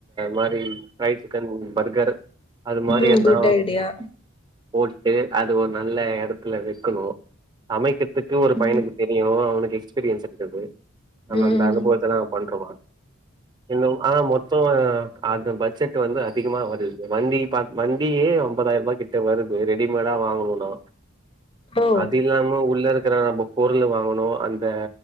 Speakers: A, on the right (about 20°); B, on the left (about 25°).
A: மாரி ஃப்ரைடு சிக்கன் பர்கர் அது மாரி
B: ம்
A: எதனா
B: குட் ஐடியா
A: போட்டு அது ஒரு நல்ல எடத்துல வெக்கணு சமைக்கத் த்துக்கு ஒரு பையினுக்கு
B: ம்
A: தெரியு அவனுக்கு எக்ஸ்பீரியன்ஸ் இருக்குது அவ
B: ம்
A: அந்த அனுபவத்ததா பண்றோவா இன்னு ஆ மொத்தோ அது பட்ஜெட் வந்து அதிகமா வருது வண்டி வண்டியே ஒன்பதாயிரூபா கிட்ட வருது ரெடி மேடா வாங்கணுன்னா
B: ஓ
A: அது இல்லாம உள்ள இருக்குற புக் பொருளு வாங்கணு அந்த